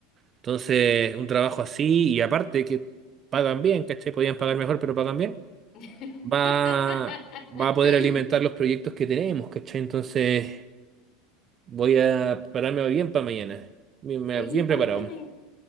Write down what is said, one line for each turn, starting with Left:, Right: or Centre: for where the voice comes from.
Right: Entonces, un trabajo así, y aparte que pagan bien, ¿cachai? Podían pagar mejor, pero pagan bien.
Left: <laughs>
Right: Va, va a poder alimentar los proyectos que tenemos, ¿cachai? Entonces, voy a pararme bien para mañana. Bien, me-
Left: Oye,
Right: bien
Left: cuéntame.
Right: preparado.